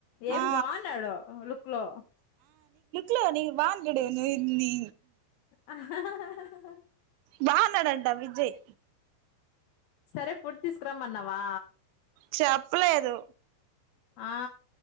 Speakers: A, on the left; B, on the right.
A: ఏం
B: ఆ
A: బాగున్నాడు, లుక్ లో
B: లోని బావుండుడెంది నీ
A: ఆహా హ హ ఉహు
B: బాగున్నాడంట విజయ్,
A: సరే ఫుడ్ తీసుకురమన్నవ్, వా
B: చెప్పలేదు
A: ఆ